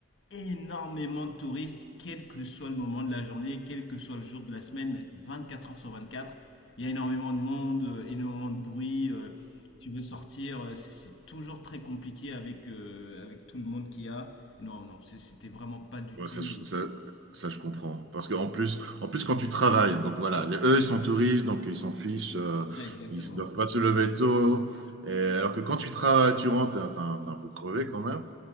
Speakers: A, on the left; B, on the right.
A: énormément de touristes, quel que soit le moment de la journée, quel que soit le jour de la semaine, mais 24 heures sur 24, il y a énormément de monde, euh, énormément de bruit. euh, tu veux sortir, euh, c'est c'est toujours très compliqué avec, euh, avec tout le monde qu'il y a. Non, non, c'est- c'était vraiment pas du
B: Ouais,
A: tout.
B: ça, je- ça, ça, je comprends. Parce qu'en plus, en plus quand tu travailles, donc voilà, les- eux ils sont touristes, donc ils s'en fichent, euh,
A: euh, Exactement.
B: ils ne doivent pas se lever tôt. Et alors que quand tu travailles, tu rentres, t'es t'es un t'es un peu crevé quand même.